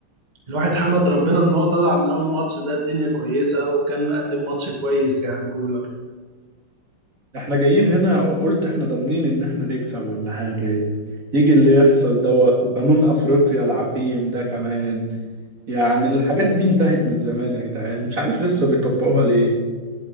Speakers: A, on the right; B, on the right.
A: الواحد حمد ربنا ان هو طلع من اول ماتش ده الدنيا كويسة وكان مقدم ماتش كويس يعني كولر
B: احنا جايين هنا قلت احنا ضامنين ان احنا نكسب ولا حاجة يجي اللي يحصل ده وقانون افريقيا العقيم ده كمان يعني الحاجات دي انتهت من زمان يا جدعان مش عارف لسه بيطبقوها ليه